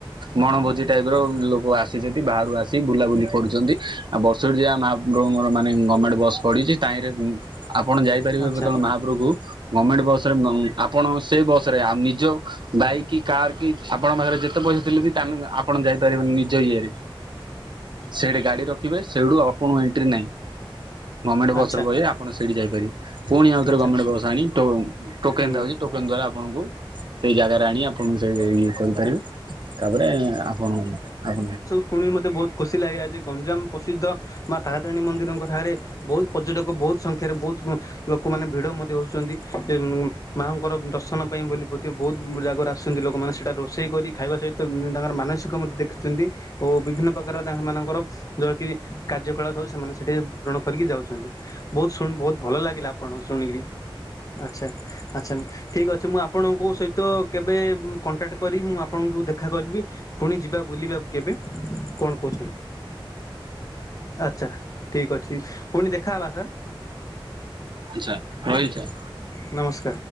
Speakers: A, on the right (about 55°); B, on the left (about 40°).
A: ବଣଭୋଜି ଟାଇପର ଲୋକ ଆସ ସେ ଯଦି ବାହାରୁ ଆସିିକି ବୁଲାବୁଲି କରୁଚନ୍ତି। ଆଉ ବର୍ଷୁଡି ମାହା ମହାପ୍ରଭୁଙ୍କ ମାନେ ଗଭମେଣ୍ଟ୍ ବସ୍ ପଡିିଚି ତାହିଁରେ ଆପଣ ଯାଇପାରିବେ
B: ଆଚ୍ଛା
A: କେତବେଳେ ମାହା ପୁରୁକୁ ଗମେଣ୍ଟ୍ ବସ୍ ରେ ଆପଣ ସେ ବସ୍ ରେ ନିଜ ବାଇକ୍ କି କାର୍ କି ଆପଣଙ୍କ ପାଖରେ ଯେତେ ପଇସା ଥିଲେ ବି ତା ନେ ଆପଣ ଯାଇପାରିବେନି ନିଜ ଇଏରେ। ସେଇଠି ଗାଡି ରଖିବେ ସେଇଠୁ ଆପଣୁ ଏଣ୍ଟ୍ରି ନାହିଁ। ଗମେଣ୍ଟ ବସରେ
B: ଆଚ୍ଛା
A: ବଇ ଆପଣ ସେଇଠି ଯାଇପାରିବେ। ପୁଣି ଆଉଥରେ
B: ଆଚ୍ଛା
A: ଗଭର୍ଣ୍ଣମେଣ୍ଟ୍ ବସ୍ ଆଣି ଟୋ ଟୋକେନ
B: ହୁଁ।
A: ଥାଉଚି ଟୋକନ୍ ଦ୍ଵାରା ଆପଣଙ୍କୁ ସେଇ ଜାଗାରେ ଆଣି ଆପଣଙ୍କୁ ସେ ଇଏ କରିପାରିବେ। ତାପରେ ଆପଣୁ ଆ
B: ଶୁଣିକି ମୋତେ ବହୁତ ଖୁସି ଲାଗିଲା ଯେ, ଗଞ୍ଜାମ ପ୍ରସିଦ୍ଧ ମା ତାରାତିଣୀ ମନ୍ଦିରଙ୍କ ଠାରେ ବୋହୁତ୍ ପର୍ଯ୍ୟଟକ ବୋହୁତ୍ ସଂଖ୍ୟାରେ ବୋହୁତ୍ ଲୋକମାନେ ଭିଡ ମଧ୍ୟ ହୋଉଚନ୍ତି। ମାଆଙ୍କର ଦର୍ଶନ ପାଇଁ ବୋଲି ବୋଧେ ବୋହୁତ ଜାଗାରୁ ଆସୁଚନ୍ତି ଲୋକମାନେ ସେଇଟା ରୋଷେଇ କରି ଖାଇବା ସହିତ ତାଙ୍କର ମାନସିକ ମଧ୍ୟ ଦେଖିଛନ୍ତି ଓ ବିଭିନ୍ନ ପ୍ରକାର ତା ହେମାନଙ୍କର ଯୋହାକି କାର୍ଯ୍ୟ କଳାପ ସବୁ ସେମାନେ ସେଠି ପୂରଣ କରିକି ଯାଉଚନ୍ତି। ବୋହୁତ୍ ଶୁଣ୍ ବୋହୁତ୍ ଭଲ ଲାଗିଲା ଆପଣଙ୍କୁ ଶୁଣିକି। ଆଚ୍ଛା ଆଚ୍ଛା ଠିକ ଅଛି ମୁଁ ଆପଣଙ୍କ ସ ତ କେବେ କଣ୍ଟାଟ୍ କରିକି ମୁଁ ଆପଣଙ୍କୁ ଦେ ଦେଖା କରିବି ପୁଣି ଯିବା ବୁଲିବାକୁ କେବେ କଣ କୋହୁଛନ୍ତି? ଆଛା ଠିକ୍ ଅଛି ପୁଣି ଦେଖାହବା ସାର୍।
A: ଇଛା ହଁ ଇଛା
B: ନମସ୍କା